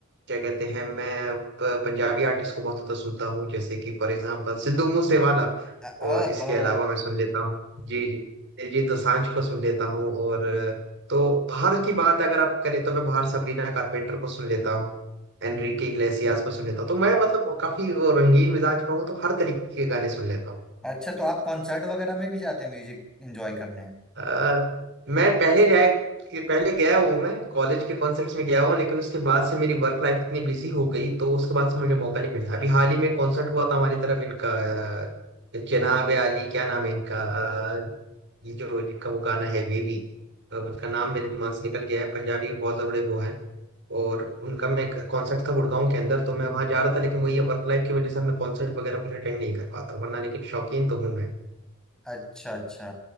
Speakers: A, on the right (about 55°); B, in the centre.
A: क्या कहते हैं मैं प- पंजाबी आर्टिस्ट को बहुत ज्यादा सुनता हूँ जैसे कि फॉर एग्जांपल सिद्धू मूसेवाला
B: अ-
A: और
B: ओहो
A: इसके अलावा मैं सुन लेता हूँ जी जी दिलजीत दोसांझ को सुन लेता हूँ और अ, तो बाहर की बात अगर आप करें तो मैं बाहर सबरीना कारपेंटर को सुन लेता हूँ एनरिके इग्लेसियास को सुन लेता हूँ तो मैं मतलब काफी वो रंगीन मिजाज का हूँ तो हर तरीके के गाने सुन लेता हूँ
B: अच्छा तो आप कॉन्सर्ट वगैरह में भी जाते हैं म्यूजिक एंजॉय करने
A: अ, मैं पहले जाए कि पहले गया हूँ मैं कॉलेज के कॉन्सर्ट्स में गया हूँ लेकिन उसके बाद से मेरी वर्क लाइफ इतनी बिजी हो गई तो उसके बाद से मुझे मौका नहीं मिला अभी हाल ही में कॉन्सर्ट हुआ था हमारी तरफ इनका अ, जनाब आली क्या नाम है इनका अ, ये जो इनका वो गाना है वेवी तो उसका नाम मेरे दिमाग से निकल गया है पंजाबी के बहुत बड़े वो है और उनका मैं कॉन्सर्ट था गुड़गांव के अंदर तो मैं वहां जा रहा था लेकिन वही वर्क लाइफ की वजह से मैं कॉन्सर्ट वगैरह कुछ अटेंड नहीं कर पाता वरना लेकिन शौकीन तो हूँ मैं
B: अच्छा अच्छा